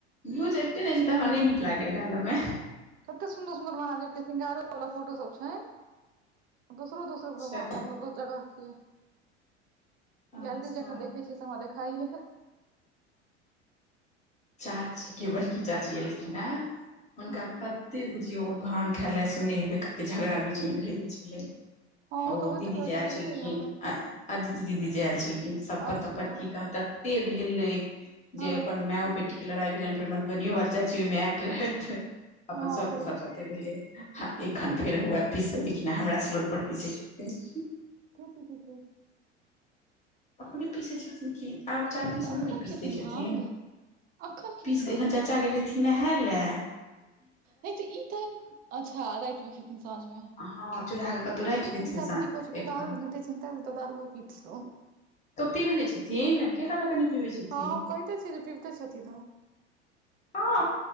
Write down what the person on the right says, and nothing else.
कते सुन्दर-सुन्दर महादेवके श्रृंगारो वाला फोटो सब छैन। दोसरो-दोसरो
भगवान मतलब दू जगह के
गैलरी ज खन देख य छियै से हमरा देखाइएै।
हँ
हँ
तऽ होइते
रहै
छै बुझले
अइ हमरा
अच्छा
हँ
हँ
ओ तऽ हेबे
हँ
<unintelligible>
तऽ
एखन
खेथिन
भांग अखन खेथिन
हैई तऽ ई टाइम, अच्छा राति मे खेथिन साँझ में,
हे
हुनका तऽ की कह कियो
दारू नै दै छैन तैंअ नैय तऽ दारूओ पीथिन ओ।
हँ। हम कहिते छीयै जे पीबते छथिन ओ।